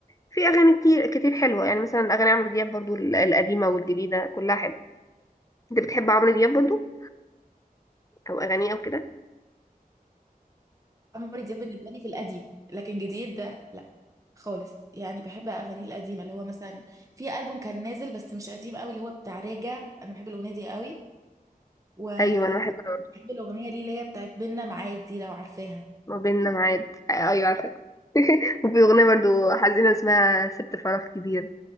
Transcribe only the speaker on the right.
عمرو دياب بالنسبه لي في القديم لكن جديد ده لا خالص يعني بحب اغانيه القديمه اللي هو مثلا في البوم كان نازل بس مش قديم قوي اللي هو بتاع راجع انا بحب الاغنيه دي قوي وبحب
الاغنيه ليه اللي هي بتاعت بينا معاد دي لو عارفاها